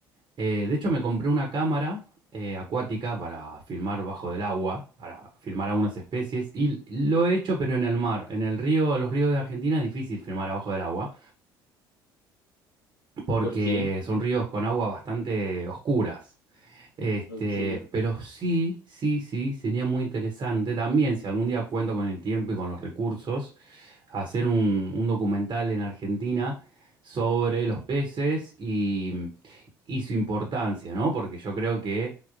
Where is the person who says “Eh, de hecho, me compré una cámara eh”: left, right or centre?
Right